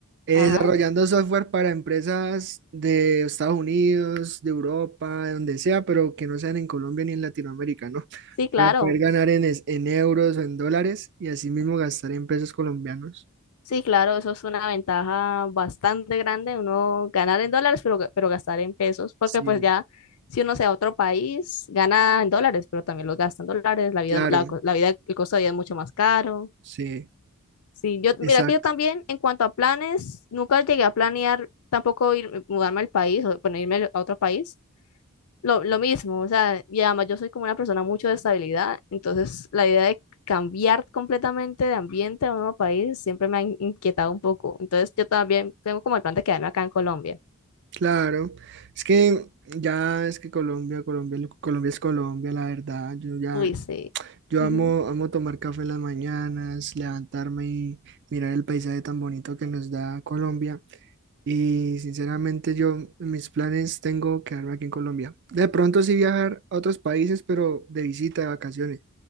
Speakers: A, on the right; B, on the left.
A: eh,
B: Ajá.
A: desarrollando software para empresas de Estados Unidos, de Europa, de donde sea, pero que no sean en Colombia ni en Latinoamérica, ¿no? <laughs>
B: Sí, claro.
A: Para poder ganar en, es- en euros o en dólares y así mismo gastar en pesos colombianos.
B: Sí, claro, eso es una ventaja bastante grande, uno ganar en dólares, pero, pero gastar en pesos, porque
A: Sí,
B: pues ya si uno se va a otro país, gana en dólares, pero también los gasta en dólares, la vida,
A: claro,
B: la, co- la vida, el costo de vida es mucho más caro.
A: sí,
B: Sí, yo, mira
A: exacto.
B: que yo también, en cuanto a planes, nunca llegué a planear tampoco ir, mudarme al país o bueno, irme a otro país, lo, lo mismo, o sea, y además yo soy como una persona mucho de estabilidad, entonces la idea de cambiar completamente de ambiente a un nuevo país siempre me ha in- inquietado un poco, entonces yo también tengo como el plan de quedarme acá en Colombia.
A: Claro, es que ya es que Colombia, Colombia, lo- Colombia es Colombia, la verdad. Yo ya,
B: Uy, sí,
A: yo
B: <laughs>
A: amo, amo tomar café en las mañanas, levantarme y mirar el paisaje tan bonito que nos da Colombia. Y sinceramente yo en mis planes tengo quedarme aquí en Colombia. De pronto sí viajar a otros países, pero de visita, de vacaciones,